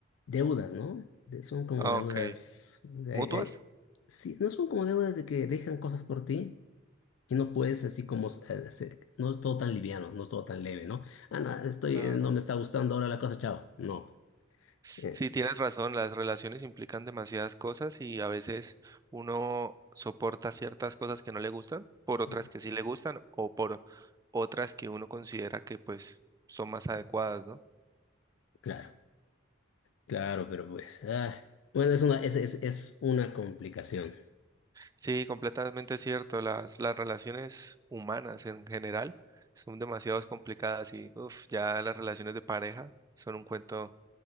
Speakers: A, on the left; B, on the right.
A: deudas, ¿no? De- son como
B: Ah,
A: deudas,
B: ok.
A: hay-
B: ¿Mutuas?
A: hay- sí, no son como deudas de que dejan cosas por ti, Y no puedes así como, eh, se- no es todo tan liviano, no es todo tan leve, ¿no? Ah, no, estoy,
B: Claro.
A: eh, no me está gustando ahora la cosa, chao. No,
B: Sí,
A: eh,
B: tienes razón, las relaciones implican demasiadas cosas y a veces uno soporta ciertas cosas que no le gustan por otras
A: eh,
B: que sí le gustan o por otras que uno considera que pues son más adecuadas, ¿no?
A: claro, claro, pero pues, ah, bueno, es una, es, es, es una complicación.
B: Sí, completamente cierto, las, las relaciones humanas en general son demasiado complicadas y uf, ya las relaciones de pareja son un cuento